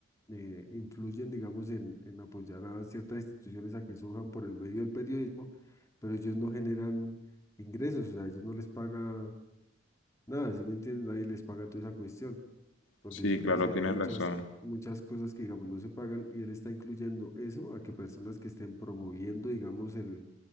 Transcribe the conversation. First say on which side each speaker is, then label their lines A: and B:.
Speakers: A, on the left; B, on the left.
A: eh, influyen, digamos, en, en apoyar a ciertas instituciones a que surjan por el medio del periodismo, pero ellos no generan ingresos, o sea, ellos no les paga nada, ¿sí me entienden? Nadie les paga toda esa cuestión, por
B: Sí,
A: decirlo
B: claro,
A: así.
B: tienes
A: Hay muchas,
B: razón.
A: muchas cosas que, digamos, no se pagan y él está incluyendo eso a que personas que estén promoviendo, digamos, el,